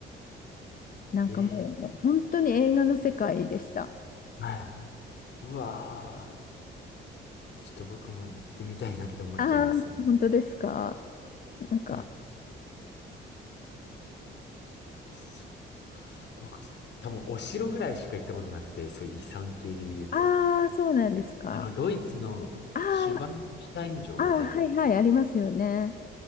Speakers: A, on the left (about 45°); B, on the left (about 60°).
A: なんかもう本当に映画の世界でした。
B: ええはい。うわあ。ちょっと僕も行ってみたいなって思っちゃいますね。
A: ああ、本当ですかなんか、
B: いや、そう。僕、多分お城ぐらいしか行ったことなくて、そういう遺産系で言うと。
A: ああ、そうなんですか。
B: あの、ドイツのシュバンシュタイン城みたいな、
A: ああああ、はいはい、ありますよね。